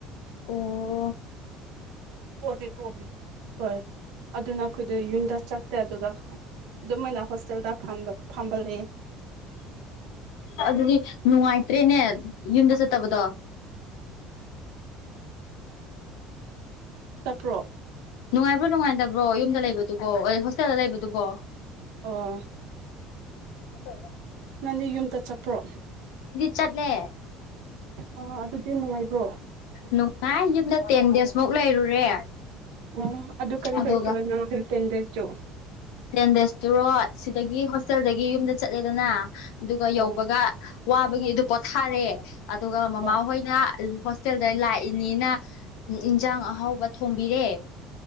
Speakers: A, on the left; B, on the right.
A: ꯑꯣ
B: ꯣꯕꯤ ꯇꯣꯕꯤ ꯍꯣꯏ ꯑꯗꯨꯅ ꯑꯩꯈꯣꯏꯗ ꯌꯨꯝꯗ ꯆꯠꯇꯦ ꯑꯗꯨꯒ ꯑꯗꯨꯝꯥꯏꯅ ꯍꯣꯁꯇꯦꯜꯗ ꯐꯝꯕ ꯐꯝꯕ ꯂꯩꯌꯦ
A: ꯑꯗꯨꯗꯤ ꯅꯨꯡꯉꯥꯏ ꯆꯠꯇ꯭ꯔꯦꯅꯦ ꯌꯨꯝꯗ ꯆꯠꯇꯕꯗꯣ
B: ꯆꯠꯄ꯭ꯔꯣ
A: ꯅꯨꯡꯉꯥꯏꯕ꯭ꯔꯣ ꯅꯨꯡꯉꯥꯏꯇꯕ꯭ꯔꯣ ꯌꯨꯝꯗ ꯂꯩꯕꯗꯨꯕꯣ ꯍꯣꯁꯇꯦꯜꯗ ꯂꯩꯕꯗꯨꯕꯣ
B: ꯑ
A: ꯍꯗꯣ
B: ꯅꯪꯗꯤ ꯌꯨꯝꯗ ꯆꯠꯄ꯭ꯔꯣ
A: ꯆꯠꯅꯦ
B: ꯑꯣ ꯑꯗꯨꯗꯤ ꯅꯨꯡꯉꯥꯏꯕ꯭ꯔꯣ
A: ꯅꯨꯡꯉꯥꯏ ꯌꯨꯝꯗ ꯇꯦꯟ ꯗꯦꯖꯃꯨꯛ ꯂꯩꯔꯨꯔꯦ
B: ꯑꯣ ꯑꯗꯨ ꯀꯔꯤ
A: ꯑꯗꯨꯒ
B: ꯀꯔꯤ ꯇꯧ ꯅ ꯇꯦꯟ ꯗꯦꯖꯣ
A: ꯇꯦꯟ ꯗꯦꯖꯇꯨꯔꯣ ꯁꯤꯗꯒꯤ ꯍꯣꯁꯇꯦꯜꯗꯒꯤ ꯌꯨꯝꯗ ꯆꯠꯂꯦꯗꯅ ꯑꯗꯨꯒ
B: ꯍꯣꯏ
A: ꯌꯧꯕꯒ ꯋꯥꯕꯒꯤ ꯑꯗꯨ ꯄꯣꯊꯥꯔꯦ ꯑꯗꯨꯒ ꯃꯃꯥꯍꯣꯏꯅ
B: ꯍꯣꯏ
A: ꯍꯣꯁꯇꯦꯜꯗ ꯂꯥꯛꯏꯅꯤꯅ ꯏꯟꯁꯥꯡ ꯑꯍꯥꯎꯕ ꯊꯣꯡꯕꯤꯔꯦ